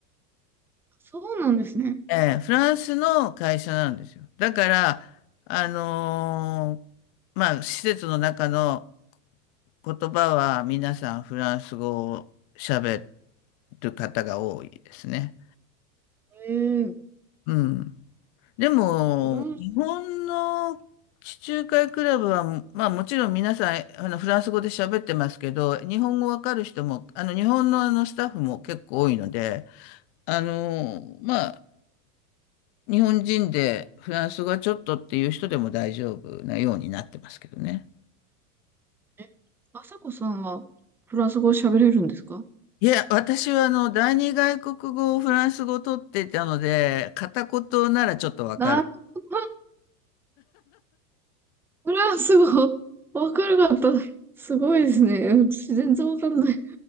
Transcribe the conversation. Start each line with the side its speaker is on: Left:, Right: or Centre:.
Centre: そうなんですね。
Left: ええ、フランスの会社なんですよ。だから、あのーまあ、施設の中の言葉は皆さんフランス語を喋る方が多いですね。
Centre: えー、
Left: うん。でも、
Centre: フランス、
Left: 日本の地中海クラブは、まあもちろん皆さん、あのフランス語で喋ってますけど、日本語わかる人も、あの日本のあのスタッフも結構多いので、あの、まあ日本人でフランス語はちょっとっていう人でも大丈夫なようになってますけどね。
Centre: え、あさこさんはフランス語喋れるんですか
Left: いや、私はあの、第二外国語をフランス語を取っていたので、片言ならちょっとわかる。
Centre: なるほど。フランス語、わかるかった。すごいですね。私全然わかんない。